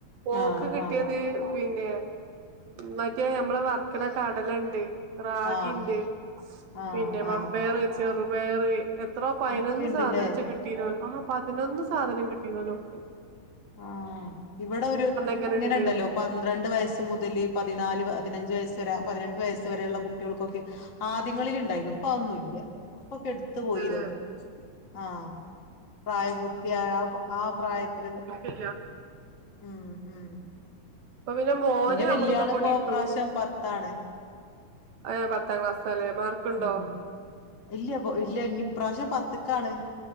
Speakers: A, on the right (about 75°); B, on the left (about 25°).
A: ഓക്ക്
B: ആഹ്
A: കിട്ടിയത്
B: ആഹ്
A: പിന്നെ മറ്റേ ഞമ്മള് വർക്ക്ണ കടലണ്ട്. റാഗിണ്ട്
B: ആഹ് ആഹ്
A: പിന്നെ മമ്പയർ,
B: ആഹ്
A: ചെറുപയറ് എത്രോ പയിനൊന്ന്
B: അനൊക്കെണ്ട്ല്ലേ
A: സാധനറ്റെ കിട്ടീനോൽ ആ പതിനൊന്ന് സാധനം കിട്ടീനോല്ലോക്ക്.
B: ആഹ് ഇവടൊരു
A: ഇങ്ങനെ
B: ഇങ്ങനെണ്ടല്ലോ
A: ഇണ്ട്ന്ന്
B: പന്ത്രണ്ട് വയസ്സ് മുതൽ പതിനാല് പതിനഞ്ച് വയസ് വരെ പതിനെട്ട് വയസ്സ് വരെയുള്ള കുട്ടികൾക്കൊക്കെ ആദ്യങ്ങളില്ണ്ടായിന്നു ഇപ്പൊ അതൊന്നുവില്ല <unintelligible> ത്ത് പോയീ
A: അല്ലെ
B: തോന്നേ ആഹ് പ്രായപൂർത്തിയായ ആ പ്രായത്തിലല്ല
A: ഇല്ല
B: ഉം ഉം
A: ഇപ്പ പിന്നെ മോന്
B: എന്റെ വല്യ
A: അമൃതപ്പൊടി
B: ആള് ഇപ്പോ
A: ഇട്ടു
B: ഇപ്രാവശ്യം പത്താണ്
A: ആഹ് ഏഹ് പത്താ ക്ലാസ്സാലേ മാർക്ക്ണ്ടോ?
B: ഉം ഇല്ല ബ് ഇല്ല ഇഞ്ഞ്പ്രാശ്യം പത്ത്ക്കാണ്.